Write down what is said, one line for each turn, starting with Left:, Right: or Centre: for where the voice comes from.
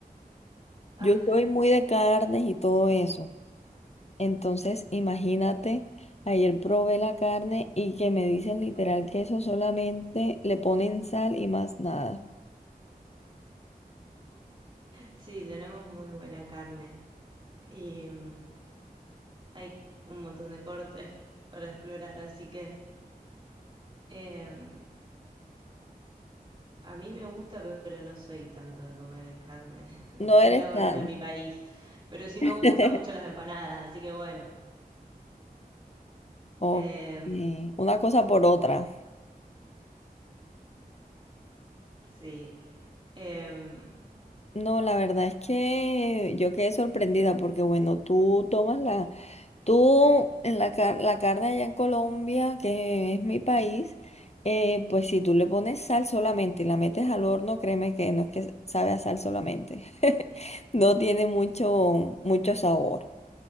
Right: Ah,
Left: Yo soy muy de carnes y todo eso. Entonces, imagínate, ayer probé la carne y que me dicen literal que eso solamente le ponen sal y más nada.
Right: Sí, tenemos muy buena carne y mm, hay un montón de cortes para explorar, así que em, a mí me gusta, pero no soy tanto de comer carne. <laughs>
Left: No eres
Right: No le hago
Left: tan.
Right: honor a mi país, pero sí me
Left: <laughs>
Right: gustan mucho las empanadas, así que bueno,
Left: Ok,
Right: em,
Left: una cosa por otra.
Right: sí. em,
Left: No, la verdad es que yo quedé sorprendida porque, bueno, tú tomas la Tú, en la, car- la carne allá en Colombia, que es mi país, eh, pues si tú le pones sal solamente y la metes al horno, créeme que no es que sabe a sal solamente. <laughs> No tiene mucho, mucho sabor.